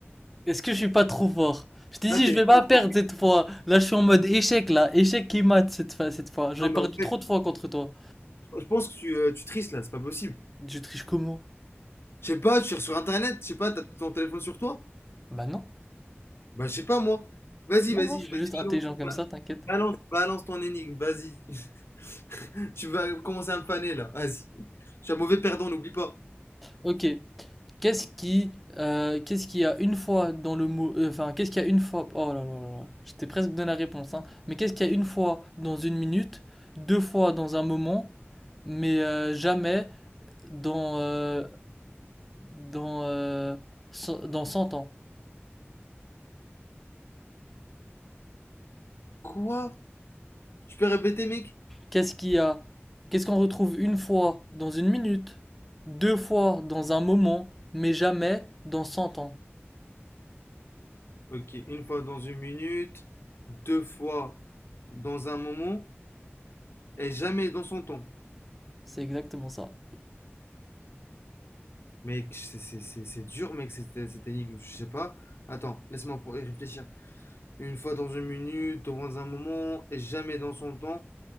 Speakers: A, in the centre; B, on the left.
A: Est-ce que je suis pas trop fort? Je t'ai
B: Là,
A: dit,
B: t'es
A: je vais
B: pas.
A: pas perdre cette fois. Là, je suis en mode échec, là. Échec qui mate cette fois, cette fois. J'ai
B: Non, mais
A: perdu
B: en
A: trop
B: fait,
A: de fois contre toi.
B: je pense que tu, euh, tu tristes là, c'est pas possible.
A: Je triche comment?
B: Je sais pas, tu cherches sur Internet. Je sais pas, t'as ton téléphone sur toi?
A: Bah non.
B: Bah, je sais pas, moi. Vas-y,
A: Non,
B: vas-y,
A: non, je suis
B: vas-y,
A: juste intelligent
B: balance.
A: comme
B: ba-
A: ça, t'inquiète.
B: Balance, balance ton énigme, vas-y. <laughs> Tu vas commencer à me faner, là. Vas-y. Je suis un mauvais perdant, n'oublie pas.
A: Ok. Qu'est-ce qui, euh, qu'est-ce qu'il y a une fois dans le mot, euh, enfin, qu'est-ce qu'il y a une fois, oh là là là là, j'étais presque donné la réponse, hein, mais qu'est-ce qu'il y a une fois dans une minute, deux fois dans un moment, mais euh, jamais dans, euh, dans, euh, ce- dans cent ans?
B: Quoi? Tu peux répéter, mec?
A: Qu'est-ce qu'il y a, qu'est-ce qu'on retrouve une fois dans une minute, deux fois dans un moment, mais jamais dans 100 ans?
B: Ok, une fois dans une minute, deux fois dans un moment, et jamais dans son temps.
A: C'est exactement ça.
B: Mec, c'est c'est- c'est- c'est dur, mec, cette, cette énigme, je sais pas. Attends, laisse-moi pour- y réfléchir. Une fois dans une minute, dans un moment, et jamais dans son temps.